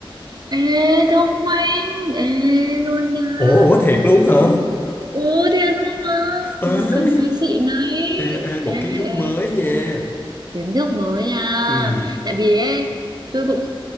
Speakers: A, on the right (about 45°); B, on the left (about 20°).
A: ê thông minh ê luôn nha
B: Ủa, ủa thiệt luôn hả?
A: ồ thiệt luôn mà
B: Ê,
A: ok xịn đấy
B: ê, ê, một
A: ê
B: kiến thức
A: ê
B: mới nha.
A: Kiến thức mới à.
B: Ừ.
A: Tại vì ấy, tôi cũng